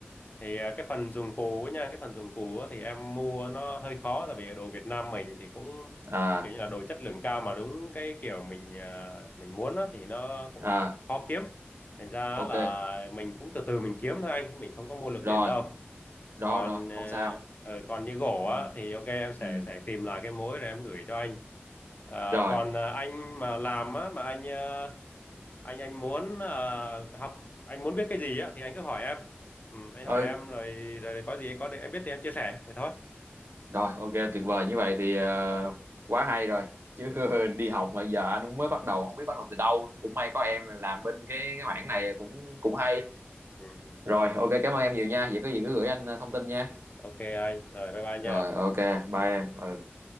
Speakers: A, on the left; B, on the right.
A: Thì à, cái phần dùng cú ấy nha, cái phần dùng cú á thì em mua nó hơi khó tại vì đồ Việt Nam mình thì cũng
B: à
A: kiểu như là đồ chất lượng cao mà đúng cái kiểu mình à, mình muốn á thì nó cũng
B: à
A: khó kiếm. Thành ra
B: ok
A: là mình cũng từ từ mình kiếm thôi anh, chứ mình không có mua lực
B: rồi
A: liền đâu
B: rồi
A: còn
B: rồi
A: ờ,
B: không sao
A: ờ, còn như gỗ
B: ừ
A: á thì ok em sẽ
B: ừ
A: sẽ tìm lại cái mối rồi em gửi cho anh Ờ,
B: rồi
A: còn ờ, anh mà làm á mà anh ờ, anh anh muốn ờ, học anh muốn biết cái gì á thì anh cứ hỏi em ừ, anh
B: ừ
A: hỏi em rồi rồi có gì có em biết thì em chia sẻ vậy thôi
B: Rồi, ok, tuyệt vời. Như vậy thì ờ,
A: ừ.
B: quá hay rồi. Chứ <laughs> đi học mà giờ anh cũng mới bắt đầu, không biết bắt đầu từ đâu. Cũng may có em làm bên cái cái mảng này cũng cũng hay.
A: ừ. ừ.
B: Rồi, ok, cảm ơn em nhiều nha. Vậy có gì cứ gửi anh ờ, thông tin nha.
A: ok anh rồi bye bye nha
B: Rồi, ok, bye em. Ừ.